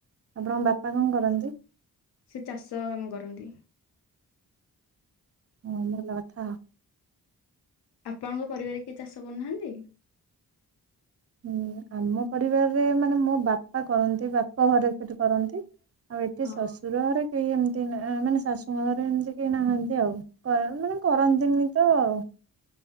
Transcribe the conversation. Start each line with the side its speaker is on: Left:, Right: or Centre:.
Right: ଆପଣଙ୍କ ବାପା କଣ କରନ୍ତି?
Left: ସେ ଚାଷ କାମ କରନ୍ତି।
Right: ହୁଁ ଭଲ କଥା।
Left: ଆପଣଙ୍କ ପରିବାରେ କିଏ ଚାଷ କରୁନାହାଁନ୍ତି?
Right: ହୁଁ ଆମ ପରିବାରରେ ମାନେ ମୋ ବାପ ବାପା କରନ୍ତି ବାପ ଘରେ ସେଠି କରନ୍ତି ଆଉ ଏଠି
Left: ହଁ
Right: ଶଶୁର ଘରେ କେହି ଏମିତି ମାନେ ଶାଶୁଙ୍କ ଘରେ ଏମିତି କେହି ନାହାନ୍ତି ଆଉ। କର ମାନେ କରନ୍ତିନି ତ ଆଉ।